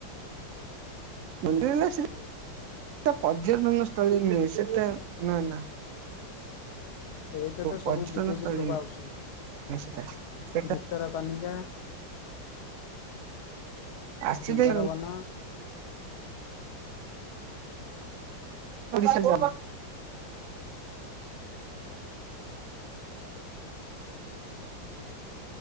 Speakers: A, on the right; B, on the left.
A: ଯେତେହେଲେ
B: ଆଉ
A: ସିଏ ପର୍ଯ୍ୟଟନ ସ୍ଥଳୀ ନୁହେଁ ସେଟା ନା ନା।
B: ସେଇତ ତ ସବୁ
A: ପର୍ଯ୍ୟଟନ
B: ବିଦେଶୀରୁ
A: ସ୍ଥଳୀ
B: ଲୋକ ଆସୁଛନ୍ତି।
A: ନିଶ୍ଚିତ ସେଟା
B: ଭିତରକନିକା।
A: ଆସିଛିନ୍ତି
B: ସୁନ୍ଦରବନ
A: ଏ <unintelligible>